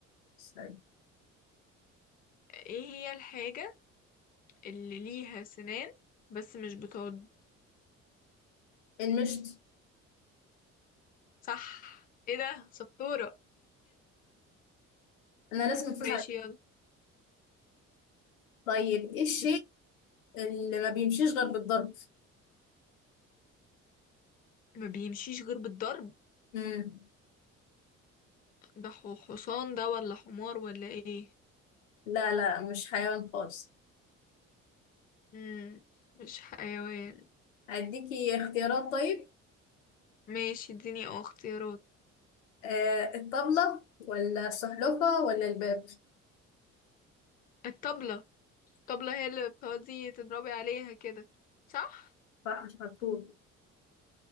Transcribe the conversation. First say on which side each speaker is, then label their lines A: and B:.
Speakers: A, on the left (about 75°); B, on the left (about 25°).
A: سوري.
B: ايه هي الحاجة اللي ليها سنان بس مش بتعض
A: المشط
B: صح ايه ده شطورة
A: انا لازم افوز
B: ماشي
A: عليه
B: يلا
A: طيب ايه الشيء
B: بت...
A: اللي ما بيمشيش غير بالضرب
B: ما بيمشيش غير بالضرب
A: مم.
B: ده ح- حصان ده ولا حمار ولا ايه
A: لا لا مش حيوان خالص
B: مم. مش حيوان
A: اديكي اختيارات طيب
B: ماشي اديني اه اختيارات
A: آه الطبلة ولا السحلفة ولا الباب
B: الطبلة الطبلة هي اللي بتقعدي تضربي عليها كده صح
A: صح مش مكتوب